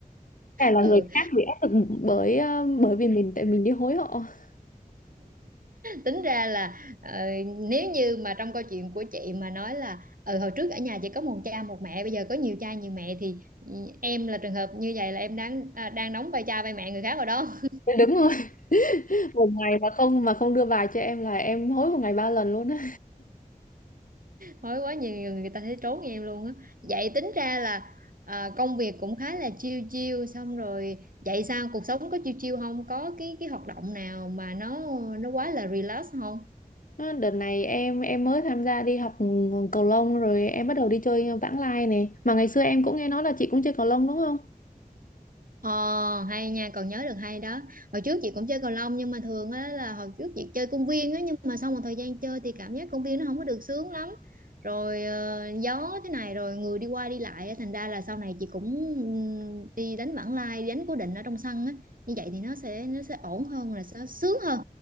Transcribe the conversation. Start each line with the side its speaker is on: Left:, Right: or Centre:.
Left: Hay là
Right: ừ,
Left: người khác bị áp lực bởi ờ, bởi vì mình tại mình đi hối họ. <laughs>
Right: tính ra là ờ, nếu như mà trong câu chuyện của chị mà nói là ừ, hồi trước ở nhà chỉ có một cha một mẹ bây giờ có nhiều cha nhiều mẹ thì ừ, em là trường hợp như vậy là em đang à, đang đóng vai cha vai mẹ người khác rồi đó
Left: Dạ, Đúng rồi. <laughs> Một ngày mà không mà không đưa bài cho em là em hối một ngày ba lần luôn á.
Right: Mới quá nhiều người người ta thấy trốn em luôn á. Vậy tính ra là à, công việc cũng khá là chill chill xong rồi vậy sao cuộc sống có chill chill không? Có cái cái hoạt động nào mà nó nó quá là relax không?
Left: Nó, Đợt này em em mới tham gia đi học cầu lông rồi em bắt đầu đi chơi vãng lai này. Mà ngày xưa em cũng nghe nói là chị cũng chơi cầu lông đúng không?
Right: Ờ hay nha còn nhớ được hay đó Hồi trước chị cũng chơi cầu lông nhưng mà thường á là hồi trước chị chơi công viên á Nhưng mà sau một thời gian chơi thì cảm giác công viên nó không có được sướng lắm Rồi ờ, gió thế này rồi người đi qua đi lại á, Thành ra là sau này chị cũng ừm, đi đánh vãng lai đi đánh cố định ở trong sân á Như vậy thì nó sẽ nó sẽ ổn hơn là sẽ sướng hơn